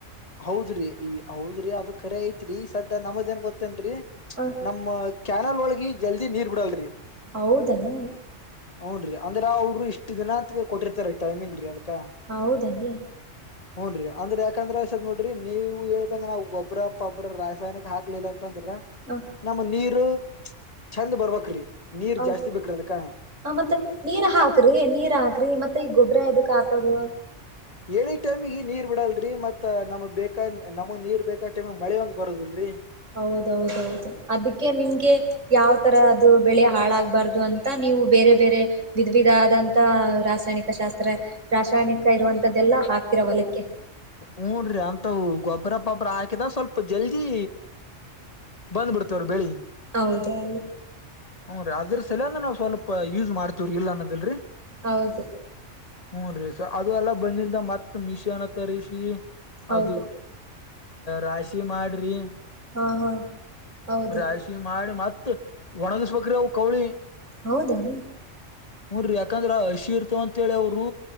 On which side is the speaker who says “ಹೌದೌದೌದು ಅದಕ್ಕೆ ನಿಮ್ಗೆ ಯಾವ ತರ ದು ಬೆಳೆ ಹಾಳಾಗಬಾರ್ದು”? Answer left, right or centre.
Right